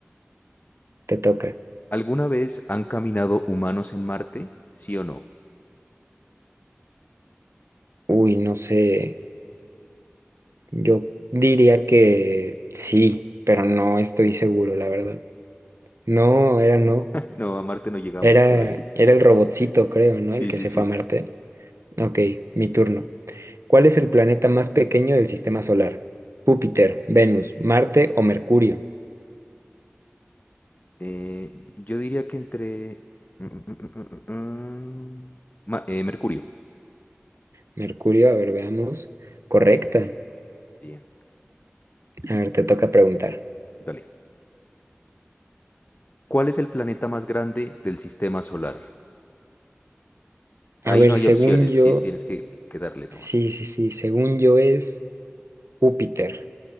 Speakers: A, on the right (about 80°); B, on the left (about 40°).
A: Te toca.
B: ¿Alguna vez han caminado humanos en Marte? ¿Sí o no?
A: Uy, no sé. Yo diría que sí, pero no estoy seguro, la verdad. No, era no.
B: <laughs> No, a Marte no llegamos
A: Era,
B: todavía.
A: era el robotcito, creo,
B: Sí,
A: ¿no? El que
B: sí,
A: se
B: sí.
A: fue a Marte. Ok, mi turno. ¿Cuál es el planeta más pequeño del sistema solar? Júpiter, Venus, Marte o Mercurio.
B: Eh, yo diría que entre... mm, mm, mm, mm, mm, mm, Ma- eh, Mercurio.
A: Mercurio, a ver, veamos. Correcta.
B: Bien,
A: A ver, te toca preguntar.
B: dale. ¿Cuál es el planeta más grande del sistema solar? Ahí
A: A ver,
B: no hay
A: según
B: opciones,
A: yo,
B: ti- tienes que, que darle nomás.
A: sí, sí, sí, según yo es Júpiter,